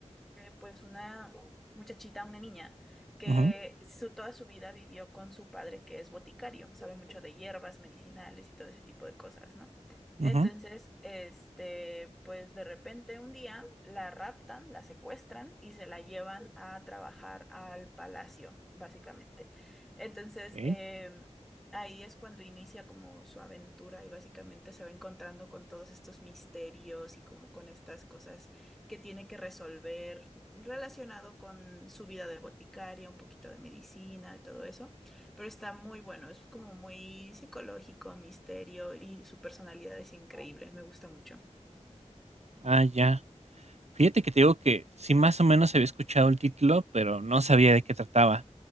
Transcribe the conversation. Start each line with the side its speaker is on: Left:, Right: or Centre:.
Centre: eh, pues una muchachita, una niña, que
Right: Ujú,
Centre: su, toda su vida vivió con su padre, que es boticario, sabe mucho de hierbas medicinales y todo ese tipo de cosas, ¿no?
Right: ujú,
Centre: Entonces, este, pues de repente un día la raptan, la secuestran y se la llevan a trabajar al palacio, básicamente. Entonces,
Right: ok.
Centre: em, Ahí es cuando inicia como su aventura y básicamente se va encontrando con todos estos misterios y como con estas cosas que tiene que resolver relacionado con su vida de boticaria, un poquito de medicina, de todo eso. Pero está muy bueno, es como muy psicológico, misterio y su personalidad es increíble, me gusta mucho.
Right: Ah, ya. Fíjate que te digo que sí, más o menos había escuchado el título, pero no sabía de qué trataba,